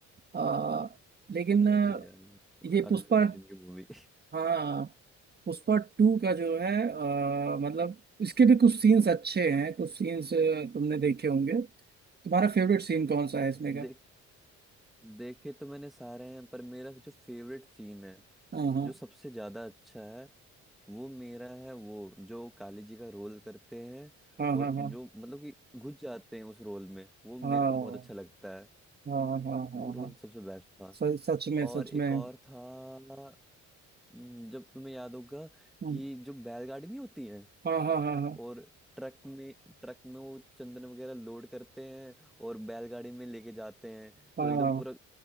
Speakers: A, on the right; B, in the centre.
A: आ, लेकिन
B: अरे
A: आ,
B: यार
A: ये पुष्पा
B: अल्लू अर्जुन की मूवी
A: हाँ पुष्पा टू का जो है अ, मतलब इसके भी कुछ सीन्स अच्छे हैं कुछ सीन्स तुमने देखे होंगे तुम्हारा
B: हम्म,
A: फेवरेट सीन कौन सा
B: <laughs>
A: है इसमें का
B: देख देखे तो मैंने सारे हैं पर मेरा जो फेवरेट सीन है
A: हाँ हाँ
B: जो सबसे ज्यादा अच्छा है वो मेरा है वो जो काली जी का रोल करते हैं
A: हाँ
B: और
A: हाँ हाँ
B: जो मतलब कि घुस जाते हैं उस रोल में वो मेरे
A: हाँ हाँ
B: को बहुत अच्छा लगता है
A: हाँ हाँ हाँ हाँ
B: वो रोल
A: हाँ,
B: सबसे बेस्ट था
A: सच सच में
B: और
A: सच
B: एक
A: में
B: और था हम्म, जब तुम्हें याद होगा
A: हम्म,
B: कि जो बैलगाड़ी नहीं होती है
A: हाँ हाँ हाँ हाँ
B: और ट्रक में ट्रक में वो चंदन वगैरह लोड करते हैं और बैलगाड़ी में लेके जाते हैं
A: हाँ
B: तो एकदम पूरा